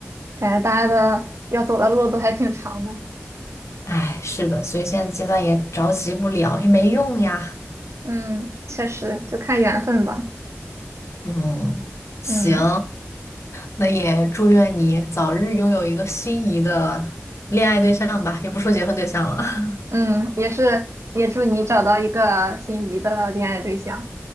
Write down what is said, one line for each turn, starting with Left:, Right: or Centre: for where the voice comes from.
Right: 感觉大家的要走的路都还挺长的。
Left: 哎，是的，所以现在阶段也着急不了，也没用呀。
Right: 嗯，确实，就看缘分吧。
Left: 嗯，行，
Right: 嗯
Left: 那也祝愿你早日拥有一个心仪的恋爱对象吧，也不说结婚对象了。
Right: 嗯，也是，也祝你找到一个心仪的恋爱对象。